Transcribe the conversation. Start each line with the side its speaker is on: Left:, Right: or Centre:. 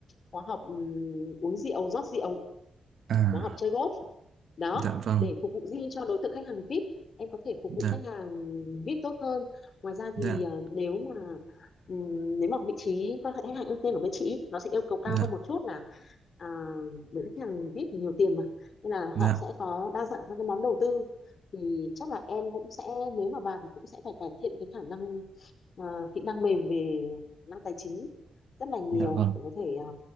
Left: khóa học ừ, uống rượu rót rượu
Right: à
Left: khóa học chơi golf đó
Right: dạ vâng
Left: để phục vụ riêng cho đối tượng khách hàng VIP em có thể phục
Right: dạ
Left: vụ khách hàng VIP tốt hơn ngoài ra
Right: dạ
Left: thì à, nếu mà ừm, nếu mà vị trí quan hệ khách hàng ưu tiên của bên chị nó sẽ yêu cầu cao
Right: dạ
Left: hơn một chút là à, bởi vì khách hàng VIP nhiều tiền mà nên là
Right: dạ
Left: họ sẽ có đa dạng các cái món đầu tư thì chắc là em cũng sẽ nếu mà vào thì cũng sẽ phải cải thiện cái khả năng à, kỹ năng mềm về khả năng tài chính rất là nhiều
Right: dạ vâng
Left: để có thể à,